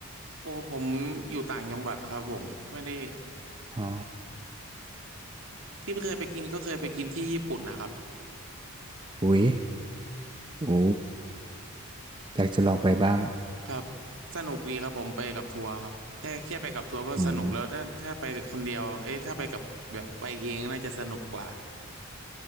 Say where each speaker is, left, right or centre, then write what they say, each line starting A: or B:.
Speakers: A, on the right (about 60°); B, on the right (about 20°).
A: โอ้ผมอยู่ต่างจังหวัดครับผมไม่ได้
B: อ๋อ
A: ที่เคยไปกินก็เคยไปกินที่ญี่ปุ่นนะครับ
B: อุ้ยโอ้อยากจะลองไปบ้าง
A: ครับสนุกดีครับผมไปกับทัวร์ครับแค่แค่ไปกับทัวร์ก็สนุกแล้วถ้าถ้าไปคนเดียวเอ๊ะถ้าไปกับแบบไปเองน่าจะสนุกกว่า
B: อืม